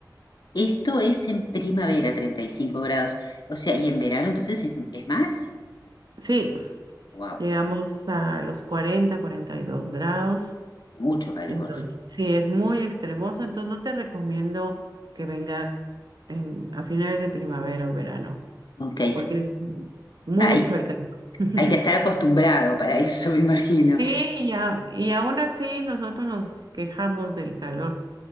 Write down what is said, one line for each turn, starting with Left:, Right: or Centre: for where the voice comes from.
Left: Esto es en primavera, 35 grados. O sea, y en verano entonces es, es más.
Right: Sí,
Left: Wow,
Right: llegamos a los cuarenta, cuarenta y dos grados.
Left: mucho calor.
Right: Entonces, sí, es muy extremoso, entonces no te recomiendo que vengas en- a finales de primavera o verano,
Left: Ok.
Right: porque es mucho
Left: Hay,
Right: el calor. <laughs>
Left: hay que estar acostumbrado para eso, <laughs> me imagino.
Right: Sí, ya, y aún
Left: Eh,
Right: así nosotros nos quejamos del calor.